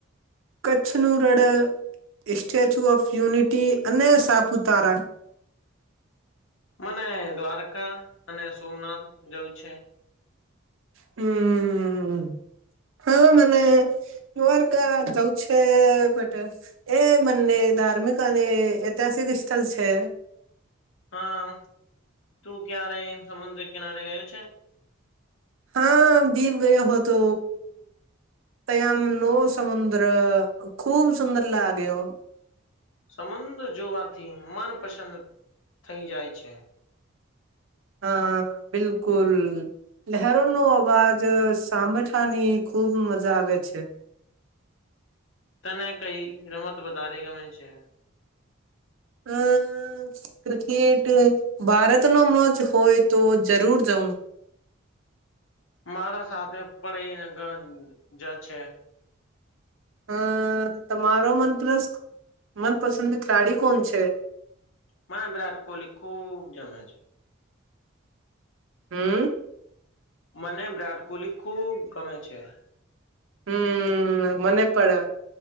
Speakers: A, on the right; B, on the left.
A: કચ્છનું રડ સ્ટેચ્યુ ઓફ યુનિટી અને સાપુતારા
B: મને દ્વારકા અને સોમનાથ ગયું છે
A: <unintelligible> હા મને ર્ગ જવું છે બટ એ બંને ધાર્મિક અને ઐતિહાસિક સ્થળ છે
B: હા તું ક્યારે સમુદ્ર કિનારે ગયું છે
A: હા દીવ ગયો હતો ત્યાંમ નો સમુદ્ર ખુબ સુંદર લાગ્યો
B: સંબંધ જોવાથી મનપસંદ થઈ જાય છે
A: હા બિલકુલ લહેરોનોો અવાજ સામઠાની ખુબ મજા આવે છે
B: તને કઈ રમત તો બતા દગ મેં છે
A: હ ક્રિકેટ ભારત નો મત્ હોય તો જરૂર <inaudible>
B: મારા સાથે પણ એ નગર જ છે
A: હમ તમારો મનપ મનપસંદ ખેલાડી કોણ છે
B: મા વિરાટ કોહલી ખૂબ જમે છે
A: હમ
B: મને વિરાટ કોહલી ખૂબ ગમે છે
A: હમ મને પણ